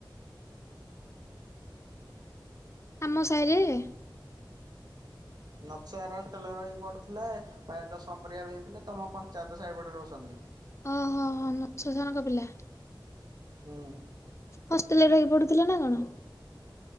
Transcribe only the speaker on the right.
ନଛଆରେ ହଷ୍ଟେଲ ରହିି ପଡୁଥିଲା। ପ୍ରାୟେ ଦଶମ ପରୀକ୍ଷା ଦେଇଥିଲେ ତମ ପଞ୍ଚାୟତ ସାହିପଟେ ରହୁସନ୍ତି।
ହୁଁ।